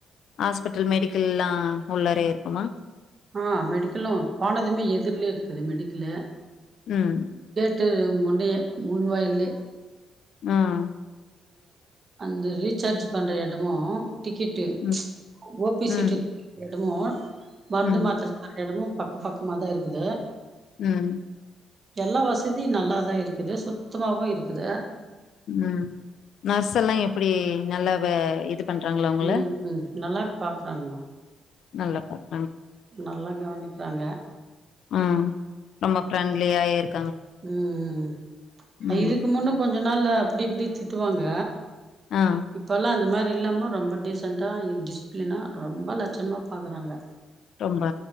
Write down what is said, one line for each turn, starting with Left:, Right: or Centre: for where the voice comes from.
Left: ஹாஸ்பிட்டல் மெடிக்கல்லல்லா உள்ளரே இருக்கு ஆமா
Right: ஆஹ் மெடிக்கல்லு போனதுமே எதிர்லயே இருக்குது மெடிக்கல்லு
Left: உம்
Right: வீட்டுக்கு முன்னேயே முன்வாயில்லயே
Left: ம்ம்ம்
Right: அந்த ரீசார்ஜ் பண்ற இடமும் டிக்கெட்டு
Left: ம்
Right: ஓபி
Left: ம்
Right: சீட்டு இடமும் மருந்து
Left: ம்
Right: மாத்திர சரியாயிடுமோ பக்கம் பக்கமாதான் இருக்குது
Left: உம்
Right: எல்லா வசதியும் நல்லாதான் இருக்குது சுத்தமாவும் இருக்குது
Left: ம் நர்ஸ் எல்லாம் எப்படி நல்லவே இது பண்றாங்களா உங்கள
Right: உம் உம் நல்லா பாக்குறாங்கம்மா
Left: நல்லா பாக்குறாங்க
Right: நல்லா கவனிக்கிறாங்க
Left: உம் ரொம்ப ஃப்ரெண்ட்லியா இருக்கு
Right: உம்
Left: ம்
Right: இதுக்கு முன்ன கொஞ்சம் கொஞ்ச நாள் அப்படி இப்படி திட்டுவாங்க
Left: ஆ
Right: இப்ப எல்லாம் அந்த மாதிரி அது இல்லாமரொம்ப அப்படி அப்படி இல்லாமல் ரொம்ப டீசன்ட்டா டிசிப்ளினா ரொம்ப லட்சணமா பாக்குறாங்க
Left: ரொம்ப